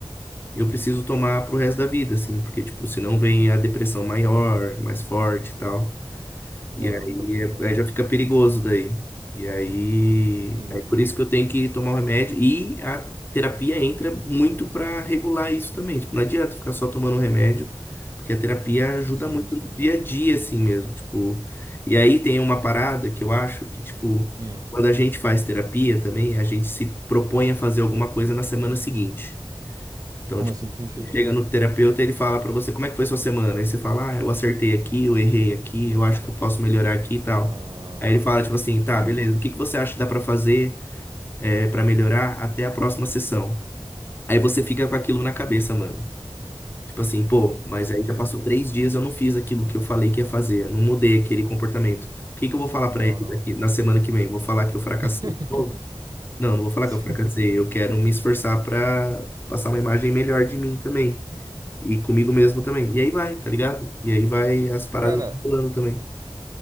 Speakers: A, on the left; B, on the right.
A: eu preciso tomar pro resto da vida, assim, porque, tipo, senão vem a depressão maior, mais forte e tal. E
B: Aham,
A: aí,
B: pode crer.
A: é- aí já fica perigoso daí. E aí,
B: Entendi.
A: é por isso que eu tenho que tomar o remédio. E a terapia entra muito para regular isso também. Tipo, não adianta ficar só tomando remédio, porque a terapia ajuda
B: Sim,
A: muito
B: sim.
A: no dia a dia, assim mesmo. Tipo, e aí tem uma parada que eu acho que, tipo,
B: Hum.
A: quando a gente faz terapia também, a gente se propõe a fazer alguma coisa na semana seguinte. Então,
B: Como
A: tipo,
B: assim? Que sentido?
A: você chega no terapeuta e ele fala pra você como é que foi sua semana. Aí você fala, ah, eu acertei aqui, eu errei aqui, eu acho que eu posso melhorar aqui e tal.
B: Ah,
A: Aí ele fala, tipo assim,
B: show.
A: tá, beleza, o que que você acha que dá pra fazer é, para melhorar até a próxima sessão? Aí você fica com aquilo na cabeça, mano. Tipo assim, pô, mas
B: Pode
A: aí
B: crer.
A: já passou três dias, eu não fiz aquilo que eu falei que ia fazer, eu não mudei aquele comportamento. O que que eu vou falar
B: Não,
A: pra ele
B: não.
A: daqui na semana que vem? Vou falar que eu fracassei
B: <laughs>
A: de novo? Não, não vou falar
B: Sim.
A: que eu fracassei, eu quero me esforçar pra passar uma imagem melhor de mim também. E comigo mesmo também. E aí vai, tá ligado? E aí vai as paradas
B: Cara,
A: rolando também.